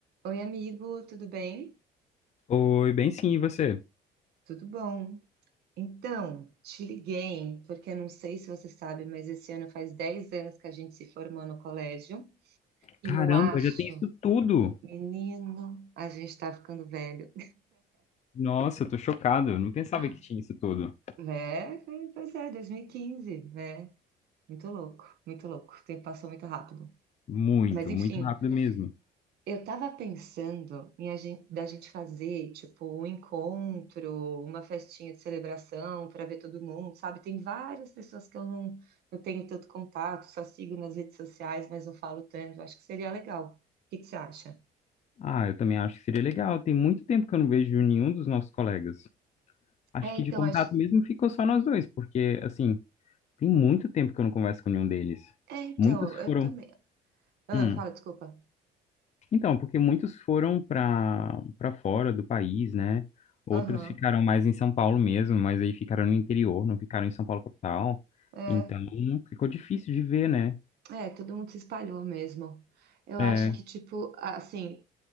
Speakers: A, on the right; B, on the left.
A: Oi, amigo, tudo bem?
B: Oi, bem sim, e você?
A: Tudo bom. Então, te liguei, porque eu não sei se você sabe, mas esse ano faz 10 anos que a gente se formou no colégio. E
B: Caramba,
A: eu acho,
B: já tem isso tudo!
A: menino, a gente tá ficando velho.
B: Nossa, eu tô chocado, eu não pensava
A: <gasps>
B: que tinha isso tudo.
A: É, foi- pois é, 2015, né? Muito louco, muito louco. O tempo passou muito rápido.
B: Muito,
A: Mas enfim,
B: muito rápido mesmo.
A: Eu tava pensando em a gente, da gente fazer, tipo, um encontro, uma festinha de celebração para ver todo mundo, sabe? Tem várias pessoas que eu não, não tenho tanto contato, só sigo nas redes sociais, mas não falo tanto. Acho que seria legal. O que que você acha?
B: Ah, eu também acho que seria legal. Tem muito tempo que eu não vejo nenhum dos nossos colegas. Acho
A: É,
B: que
A: então,
B: de contato
A: acho.
B: mesmo ficou só nós dois, porque, assim, tem muito tempo que eu não converso com nenhum deles.
A: É, então,
B: Muitos
A: eu
B: foram.
A: também. Ah,
B: Hum.
A: fala, desculpa.
B: Então, porque muitos foram para para fora do país, né? Outros
A: Aham.
B: ficaram mais em São Paulo mesmo, mas aí ficaram no interior, não ficaram em São Paulo capital.
A: É,
B: Então, ficou difícil de ver, né?
A: é, todo mundo se espalhou mesmo. Eu
B: É.
A: acho que, tipo, assim,